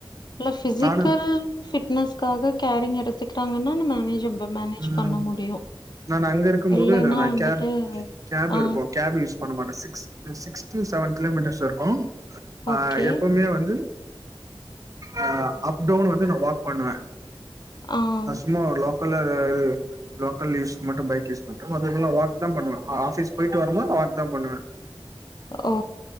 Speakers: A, on the left; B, on the right.
A: நல்ல ஃபிசிக்கல்
B: நானு
A: ஃபிட் ன்னஸ்காக கேரிங் எடுத்துக்குறாங்கன்னா நம்ம மேஜிப்பு மேனேஜ்
B: ம்
A: பண்ண முடியு
B: நான் அங்க இருக்கும் போது
A: இல்லைன்னா
B: நா
A: வந்துட்டு
B: கேப் கேப்
A: ஆ
B: இருக்கு கேப் யூஸ் பண்ண மாட்டே சிக்ஸ் எ சிக்ஸ்த்து சவன் கிலோமீட்டர்ஸ் இருக்கு ஆ
A: ஓகே
B: எப்பவுமே வந்து அ அப்டவுன் வந்து நான் வாக் பண்ணுவேன்
A: ஆங்
B: சும்மா லோக்கல்ல வே <unintelligible> லோக்கல் யூஸ்க்கு மட்டு பைக் யூஸ் பண்ட்டு மத்ததெல்லா வாத் தா பண்ணுவேன் ஆ ஆஃபீஸ் போய்ட்டு வரும்போத் நான் வாக் தான் பண்ணுவே
A: ஓ